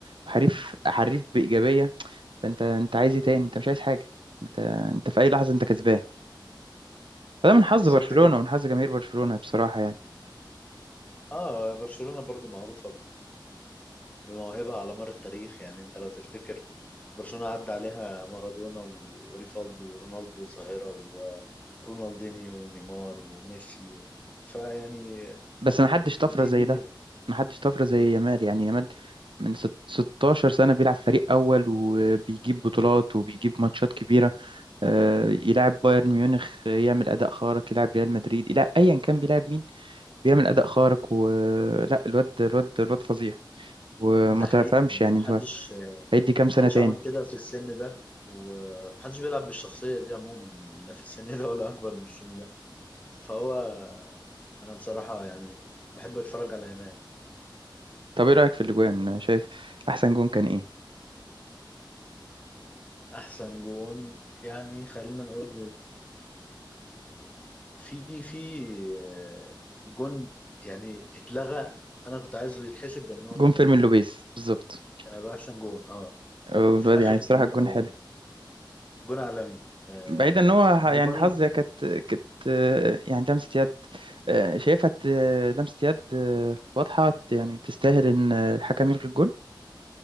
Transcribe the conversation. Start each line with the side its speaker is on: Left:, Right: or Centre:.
Right: وحريف حريف بإيجابية فانت انت عايز ايه تاني انت مش عايز حاجة انت انت في اي لحظة انت كسبان فده من حظ
Left: بالظبط
Right: برشلونة
Left: كده
Right: ومن حظ جماهير برشلونة بصراحة يعني
Left: اه برشلونه برضو معروفه بموهبة على مر التاريخ يعني انت لو تفتكر برشلونة عدى عليها مارادونا وريفالدو ورونالدو الظاهرة ورونالدينيو ونيمار وميسي و... فيعني
Right: بس ما حدش طفرة
Left: دي
Right: زي
Left: دي
Right: ده ما حدش طفرة زي يامال يعني يامال من ست- 16 سنة بيلعب فريق أول وبيجيب بطولات وبيجيب ماتشات كبيرة آه، يلعب بايرن ميونخ آه، يعمل أداء خارق يلعب ريال مدريد يلعب أيا كان بيلعب مين بيعمل أداء خارق ولا الواد الواد الواد فظيع وما
Left: ده
Right: تفهمش
Left: حقيقي
Right: يعني
Left: محدش
Right: انت هيدي كام سنة
Left: محدش
Right: تاني
Left: عمل كده في السن ده ومحدش بيلعب بالشخصية دي عموما يعني لا في السن ده ولا أكبر من السن ده فهو أنا بصراحة يعني بحب أتفرج على يامال
Right: طب ايه رأيك في الأجوان شايف أحسن جون كان ايه
Left: أحسن جون يعني خلينا نقول في في آه، جون يعني اتلغى انا كنت عايزه يتحسب لان هو كان
Right: جون فيرمين لوبيز بالظبط
Left: كان هيبقى احسن جون اه
Right: آه،
Left: وفي
Right: الواد
Left: اخر
Right: يعني
Left: دقيقه
Right: بصراحة الجون حلو
Left: وجون عالمي آه
Right: بعيدا ان هو ح-
Left: الجون
Right: يعني حظ هي كانت كانت آه، يعني لمسة يد آه، شايفها ت- آه، لمسة يد آه، واضحة ت- يعني تستاهل ان آه، الحكم يلغي الجون